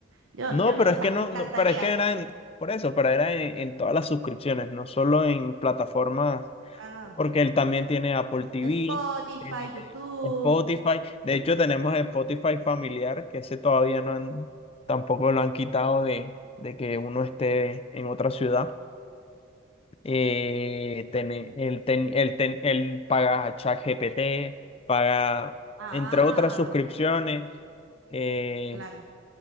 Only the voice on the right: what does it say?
Yo,
yo no,
o
sea,
me encantaría.
Ah.
Spotify,
YouTube.
Ah,
claro.